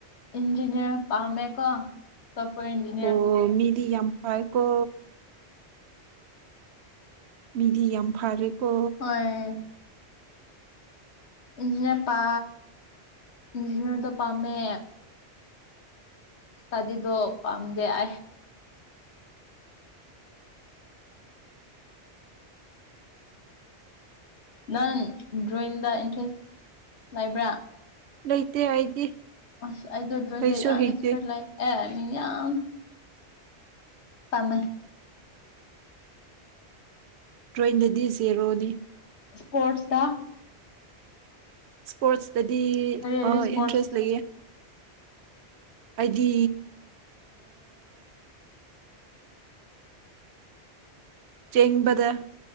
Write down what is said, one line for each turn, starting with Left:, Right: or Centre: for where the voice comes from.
Left: ꯏꯟꯖꯤꯅꯤꯌꯥꯔ ꯄꯥꯝꯃꯦꯀꯣ ꯁ ꯏ
Right: ꯑꯣ ꯃꯤꯗꯤ ꯌꯥꯝꯝꯐꯀꯣ ꯃꯤꯗꯤ ꯌꯥꯝ ꯐꯔꯦꯀꯣ
Left: ꯍ <unintelligible> ꯏꯟꯖꯤꯅꯤꯌꯥꯔ ꯄꯥ ꯏꯟꯖꯤꯅꯤꯌꯥꯔꯗꯣ ꯄꯥꯝꯃꯦ ꯇꯥꯗꯤꯗꯣ ꯄꯥꯝꯗꯦꯑ ꯅꯪ ꯗ꯭ꯔꯣꯌꯤꯡꯗ ꯏꯟꯇꯔꯦꯁ ꯂꯩꯕ꯭ꯔꯥ
Right: ꯂꯩꯇꯦ ꯑꯩꯗꯤ
Left: ꯑꯁ ꯑꯩꯗꯣ ꯗ꯭ꯔꯣꯣꯌꯤꯡꯗ
Right: ꯍꯩꯁꯨ
Left: ꯌꯥꯝ
Right: ꯍꯩꯇꯦ
Left: ꯑꯦꯛꯁꯄꯔꯠ ꯂꯥꯛ ꯑꯦꯅꯤ ꯌꯥꯝ ꯄꯃ
Right: ꯇ꯭ꯔꯦꯟꯗꯗꯤ ꯖꯦꯔꯣꯅꯤ
Left: ꯀꯣꯔꯣꯠꯁꯗ
Right: ꯁ꯭ꯄꯣꯔꯠꯁꯇꯗꯤ
Left: ꯀꯔꯤ ꯀꯔꯤ ꯏꯁꯄꯣꯔꯠꯁ
Right: ꯏꯟꯇꯔꯦꯁ ꯂꯩꯌꯦ ꯍꯥꯏꯗꯤ ꯆꯦꯡꯕꯗ